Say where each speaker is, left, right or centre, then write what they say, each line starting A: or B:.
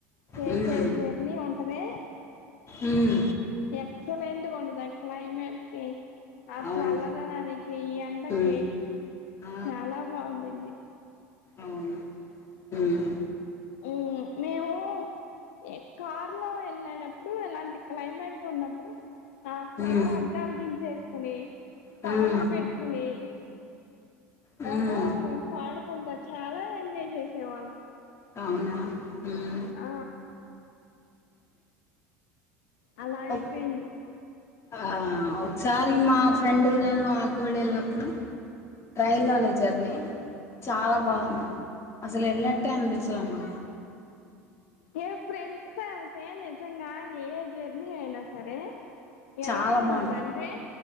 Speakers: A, on the left (about 65°); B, on the left (about 35°).
A: చేసే
B: హ్మ్.
A: జర్నీ ఉంటదీ
B: ఉమ్
A: ఎక్సలెంట్ గుంటది ఆ క్లైమేట్ కి ఆ
B: అవును.
A: చల్లదనాని కి ఎండకి
B: హ్మ్. ఆ!
A: చాలా బావుంటుంది
B: అవును ఉమ్
A: ఉమ్ మేమూ ఎ కార్ లో వెళ్ళేటప్పుడు ఇలాంటి క్లైమేట్ ఉన్నప్పుడు ఆ కార్
B: హ్మ్.
A: అద్దాలు దించేసుకుని పాటలు
B: హ్మ్.
A: పెట్టుకుని
B: హ్మ్.
A: ఒకలొకలం పాడుకుంటా చాలా ఎంజాయ్ చేసేవాళ్ళం
B: అవునా ఉమ్
A: ఆ అలా అయిపోయింది
B: ఒక్ ఆ ఒక్సారి మా ఫ్రెండు నేను ఆకుబడి వెళ్ళినప్పుడు ట్రైన్ లోనే జర్ని చాలా బాగుంది అసల్ ఎల్లినట్టే అనిపించలే మాకు
A: ఏ ఫ్రెండ్స్ తొ ఎళ్తే నిజంగా ఏ జర్నీ అయినా సరే
B: చాలా
A: ఎలా ఉంటదంటె
B: బాగుంది